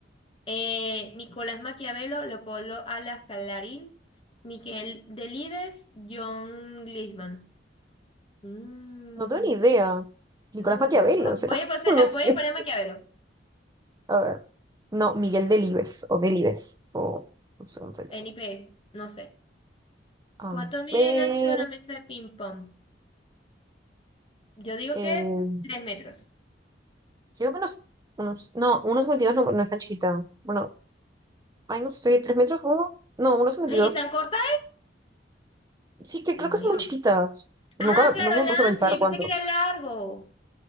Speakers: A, on the left (about 30°); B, on the right (about 20°).
A: Eh, Nicolás Maquiavelo, Leopoldo Alas Calarín, Miquel Delibes, John Glisman. Mm,
B: No tengo ni idea. Nicolás
A: yo tampoco.
B: Maquiavelo,
A: Vamos a-
B: ¿será?
A: Voy a, poner-
B: <laughs> No sé.
A: voy a poner Maquiavelo.
B: A ver. No, Miguel Delibes o Delibes. O no sé cómo se dice.
A: NIP. No sé.
B: A
A: ¿Cuánto mide
B: ver.
A: el ancho de una mesa de ping-pong? Yo digo
B: eh,
A: que
B: yo
A: tres metros.
B: creo que unos, unos, no, unos 52 no, no es tan chiquita. Bueno, Ay, no sé, tres metros, ¿cómo? No, unos 52.
A: Ay, ¿tan corta
B: Sí, que
A: es?
B: creo
A: Dios
B: que
A: mío.
B: son muy chiquitas. Nunca,
A: Ah, claro,
B: nunca
A: el
B: me puse
A: ancho.
B: a pensar
A: Yo
B: cuánto.
A: pensé que era largo.